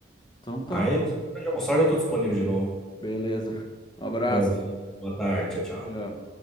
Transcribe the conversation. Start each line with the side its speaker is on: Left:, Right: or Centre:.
Left: Então tá.
Centre: Aí, depois de almoçar, eu já tô disponível de novo.
Left: Beleza. Um abraço.
Centre: Ó, valeu. Boa tarde. Tchau, tchau.
Left: Tchau.